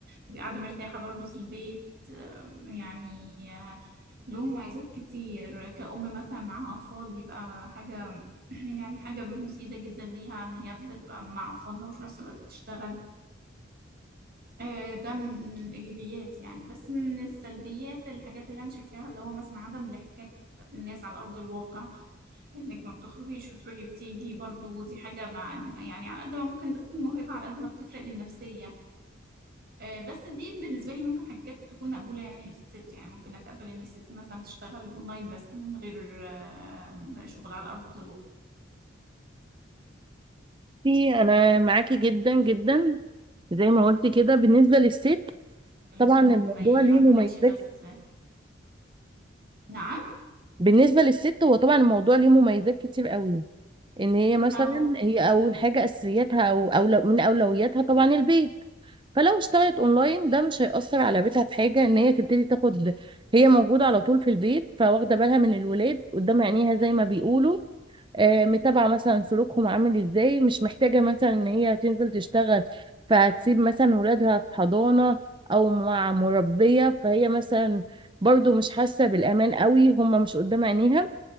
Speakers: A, on the right; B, on the right.
A: تبقي قاعده مرتاحه برضو في البيت آه، يعني آه، له مميزات كتير كأم مثلا معاها أطفال بيبقى حاجة <clears throat> يعني حاجة مفيدة جدا ليها إن هي بتبقى مع أطفالها وفي نفس الوقت بتشتغل آه، ده من من الإيجابيات يعني بس من السلبيات الحاجات اللي أنا شايفاها اللي هو مثلا عدم الاحتكاك بالناس على أرض الواقع إنك ما بتخرجيش وتروحي وتيجي برضو دي حاجة مع يعني على قد ما ممكن بتكون مرهقة على قد ما بتفرق للنفسية آه، بس دي بالنسبة لي ممكن حاجات تكون مقبولة يعني للست يعني ممكن أتقبل إن الست مثلا تشتغل أونلاين بس من غير آه، شغل على أرض الواقع
B: في انا معاكي جدا جدا زي ما قلت كده بالنسبه للست
A: لأن
B: طبعا
A: هو
B: الموضوع
A: ما
B: ليه
A: يعتمدش
B: مميزات
A: بس نعم
B: بالنسبه للست هو طبعا الموضوع ليه مميزات كتير قوي ان هي مثلا
A: أه
B: هي اول حاجه اساسياتها او أولو من اولوياتها طبعا البيت فلو اشتغلت اونلاين ده مش هيأثر على بيتها في حاجه ان هي تبتدي تاخد هي موجوده على طول في البيت فواخده بالها من الولاد قدام عينيها زي ما بيقولوا آه، متابعه مثلا سلوكهم عامل ازاي مش محتاجه مثلا ان هي تنزل تشتغل فهتسيب مثلا ولادها في حضانه او مع مربيه فهي مثلا برضو مش حاسه بالامان قوي هم مش قدام عينيها